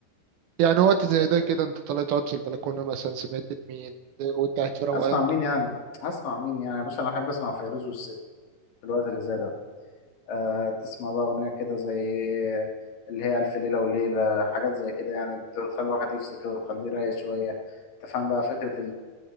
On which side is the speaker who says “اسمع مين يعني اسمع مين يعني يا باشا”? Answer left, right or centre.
Left